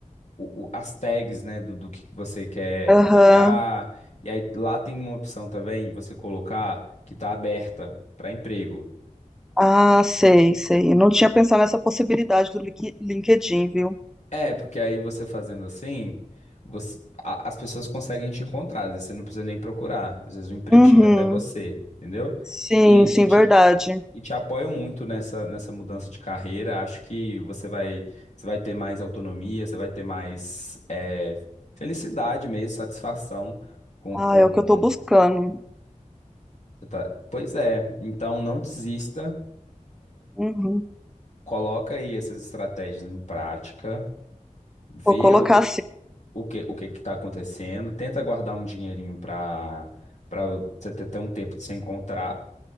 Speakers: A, on the left; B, in the centre.
A: o- o- as tags, né, do, do que você quer
B: Aham.
A: trabalhar. E aí lá tem uma opção também de você colocar que está aberta para emprego.
B: Ah, sei, sei. Eu não tinha pensado nessa possibilidade do Link- LinkedIn, viu?
A: É, porque aí você fazendo assim, você- a- as pessoas conseguem te encontrar, às vezes você não precisa nem procurar, às vezes o emprego
B: Uhum.
A: chega até você, entendeu?
B: Sim,
A: E,
B: sim,
A: e te,
B: verdade.
A: e te apoio muito nessa, nessa mudança de carreira, acho que você vai, você vai ter mais autonomia, você vai ter mais é, felicidade mesmo, satisfação com, com...
B: Ah, é o que eu tô buscando.
A: você tá- Pois é, então não desista,
B: Uhum.
A: coloca aí essas estratégias em prática, vê
B: Vou colocar assim.
A: o que o que que tá acontecendo, tenta guardar um dinheirinho para para você ter, ter um tempo de se encontrar,